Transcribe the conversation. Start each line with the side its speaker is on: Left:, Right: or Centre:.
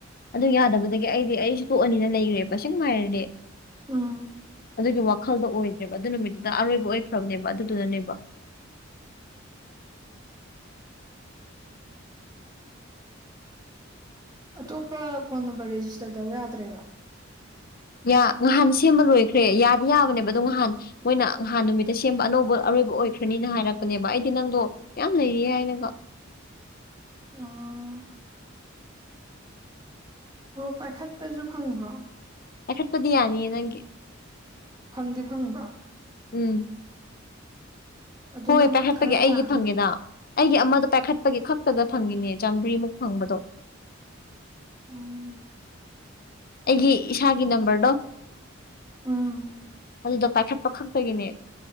Left: ꯑꯗꯨ ꯌꯥꯗꯕꯗꯒꯤ ꯑꯩꯗꯤ ꯑꯩꯁꯨ ꯇꯣꯛꯑꯅꯤꯅ ꯂꯩꯈ꯭ꯔꯦꯕ ꯁꯦꯡꯅ ꯍꯥꯏꯔꯗꯤ
Right: ꯎꯝ
Left: ꯑꯗꯨꯒꯤ ꯋꯥꯈꯜꯗꯣ ꯑꯣꯏꯗ꯭ꯔꯦꯕ ꯑꯗꯨ ꯅꯨꯃꯤꯠꯇꯨꯗ ꯑꯔꯣꯏꯕ ꯑꯣꯏꯈ꯭ꯔꯕꯅꯦꯕ ꯑꯗꯨꯗꯨꯅꯅꯦꯕ
Right: ꯑꯇꯣꯞꯄ ꯐꯣꯟ ꯅꯝꯕꯔ ꯔꯦꯖꯤꯁꯇꯔ ꯇꯧ ꯌꯥꯗ꯭ꯔꯦꯕ
Left: ꯌꯥ ꯉꯍꯥꯟ ꯁꯦꯝꯕ ꯂꯣꯏꯈ꯭ꯔꯦ ꯌꯥꯗꯤ ꯌꯥꯕꯅꯦꯕ ꯑꯗꯣ ꯉꯍꯥꯟ ꯃꯣꯏꯅ ꯅꯍꯥꯟ ꯅꯨꯃꯤꯠꯇ ꯁꯦꯝꯕ ꯑꯅꯧꯕ ꯑꯔꯣꯏꯕ ꯑꯣꯏꯈ꯭ꯔꯅꯤꯅ ꯍꯥꯏꯔꯛꯄꯅꯦꯕ ꯑꯩꯗꯤ ꯅꯪꯗꯣ ꯌꯥꯝ ꯂꯩꯌꯦ ꯍꯥꯏꯅꯀꯣ
Right: ꯑꯣ ꯑꯣ ꯄꯥꯏꯈꯠꯄꯁꯨ ꯐꯪꯕ꯭ꯔꯣ
Left: ꯄꯥꯏꯈꯠꯄꯗꯤ ꯌꯥꯅꯤꯌꯦ ꯅꯪꯒꯤ
Right: ꯐꯪꯗꯤ ꯐꯪꯕ꯭ꯔꯣ
Left: ꯎꯝ
Right: ꯑꯗꯨꯅ
Left: ꯍꯣꯏ ꯄꯥꯏꯈꯠꯄꯒꯦ
Right: ꯈꯔ
Left: ꯑꯩꯒꯤ
Right: ꯇꯥꯗꯣꯏꯕ
Left: ꯐꯪꯉꯦꯗ ꯑꯩꯒꯤ ꯑꯃꯗ ꯄꯥꯏꯈꯠꯄꯒꯤ ꯈꯛꯇꯗ ꯐꯪꯉꯤꯅꯦ ꯆꯥꯝꯃꯔꯤꯃꯨꯛ ꯐꯪꯕꯗꯣ
Right: ꯎꯝ
Left: ꯑꯩꯒꯤ ꯏꯁꯥꯒꯤ ꯅꯝꯕꯔꯗꯣ
Right: ꯎꯝ
Left: ꯑꯗꯨꯗ ꯄꯥꯏꯈꯠꯄꯥ ꯈꯛꯇꯒꯤꯅꯦ